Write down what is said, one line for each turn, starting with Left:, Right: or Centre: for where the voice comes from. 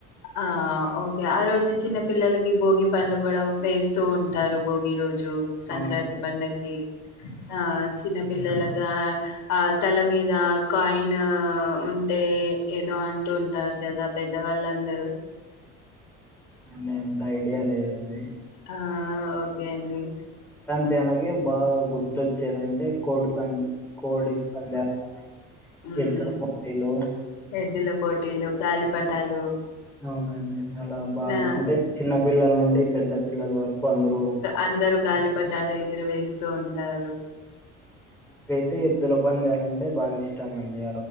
Left: ఆ ఓకే ఆ రోజు చిన్న పిల్లలకి భోగి పండ్లు కూడా వేస్తూ ఉంటారు భోగి రోజు ు సంక్రాంతి
Centre: అవునండి
Left: పండక్కి ఆ చిన్నపిల్లలకు
Centre: ఇంకా
Left: ఆ తల మీద కాయిన్ ఉంటే ఏదో అంటూ ఉంటారు కదా పెద్దవాళ్ళ అందరు
Centre: ఉమ్ అంత ఐడియా లేదు అది
Left: ఆ ఓకే అండి
Centre: తనకి బాగా గుర్తొచ్చేదింటే కోడి పని కోడి పందాలు
Left: హ్మ్
Centre: ఎద్దుల పోటీలు
Left: ఎద్దుల పోటీలు గాలిపటాలు
Centre: అవునండి అలా బాగా
Left: ఆ
Centre: అంటే చిన్నపిల్లల నుండి పెద్ద పిల్లల వరకు అందరూ
Left: అందరూ గాలిపటాలు ఎగర వేస్తూ ఉంటారు
Centre: అయితే ఎద్దులు పందాలంటే బాగా ఇష్టమండి